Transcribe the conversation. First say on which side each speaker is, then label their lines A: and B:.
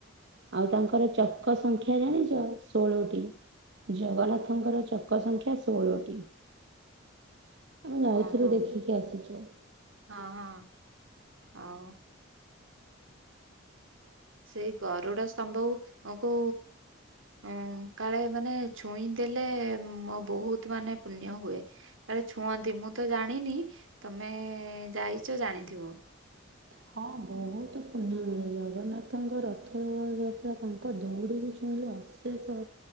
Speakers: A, on the right (about 60°); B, on the right (about 80°).
A: ଆଉ ତାଙ୍କର ଚକ ସଂଖ୍ୟା ଜାଣିଛ ଷୋଳଟି। ଜଗନ୍ନାଥଙ୍କର ଚକ ସଂଖ୍ୟା ଷୋହଳଟି। ଆମେ ଯାଇଥିଲୁ
B: ହଁ ହଁ
A: ଦେଖିକି ଆସିଛୁ।
B: ହଁ ହଁ ଆଉ। ସେଇ ଗରୁଡା ସ୍ତମ୍ଭ କୁ ଅ କାଳେ ମାନେ ଛୁଇଁ ଦେଲେ ମୋ ବହୁତ ମାନେ ପୁଣ୍ୟ ହୁଏ। କାଳେ ଛୁଅନ୍ତି ମୁଁ ତ ଜାଣିନି, ତମେ ଯାଇଛ ଜାଣିଥିବ।
A: ହଁ ବହୁତ ପୁଣ୍ୟ ମିଳେ ଜଗନ୍ନାଥଙ୍କ ରଥଯାତ୍ରା ତାଙ୍କ ଦୌଡ଼ିକି ଛୁଇଁଲେ ଅଶେଷ